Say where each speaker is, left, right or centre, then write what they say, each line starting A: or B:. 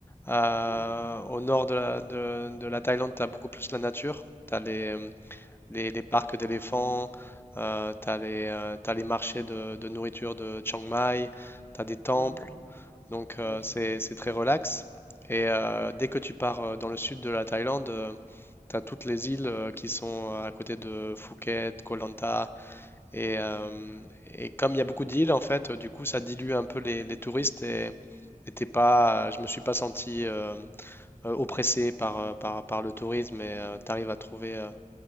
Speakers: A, on the left (about 15°); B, on the left (about 60°).
A: Euh,
B: Mhm.
A: au nord de la, de, de la Thaïlande, tu as beaucoup plus la nature. Tu as les, les, les parcs d'éléphants, tu as les, euh, t'as les marchés de, de nourriture de Chiang Mai, tu as des temples.
B: Mhm.
A: Donc, euh,
B: Ok.
A: c'est, c'est très relax. Et euh, dès que tu pars euh, dans le sud de la Thaïlande, tu as toutes les îles euh, qui sont euh, à côté de Phuket, Koh Lanta. Et, euh, et comme il y a beaucoup d'îles, en fait, euh, du coup, ça dilue un peu les, les touristes. Et, et t'es pas, je me suis pas senti. euh, euh, oppressé par, euh, par, par le tourisme et tu arrives à trouver euh,